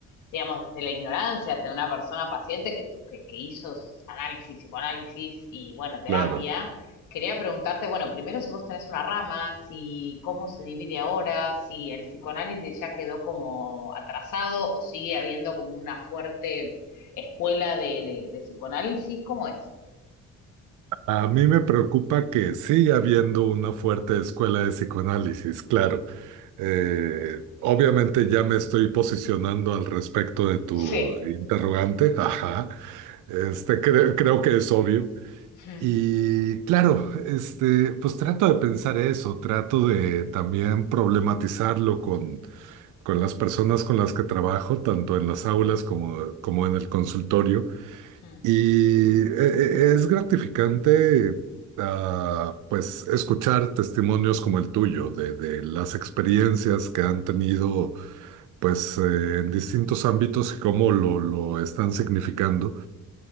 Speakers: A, on the left; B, on the right.
A: digamos, desde la ignorancia, desde una persona paciente que, tu- que, que hizo análisis, psicoanálisis y, bueno, terapia,
B: claro.
A: quería preguntarte, bueno, primero si vos tenés una rama, si cómo se divide ahora, si el psicoanálisis ya quedó como atrasado o sigue habiendo como una fuerte escuela de, de- de psicoanálisis, ¿cómo es?
B: A mí me preocupa que siga habiendo una fuerte escuela de psicoanálisis, claro. Eh,
A: Mm,
B: obviamente ya me estoy posicionando al respecto de tu
A: Sí.
B: interrogante. Ajá. Este, cre- creo que es obvio.
A: Mm,
B: Y claro, este, pues trato de pensar eso, trato de también problematizarlo con, con las personas con las que trabajo, tanto en las aulas como, como en el consultorio.
A: mm,
B: Y e- e- es gratificante, ah, pues, escuchar testimonios como el tuyo, de, de las experiencias que han tenido, pues, eh, en distintos ámbitos y cómo lo, lo están significando.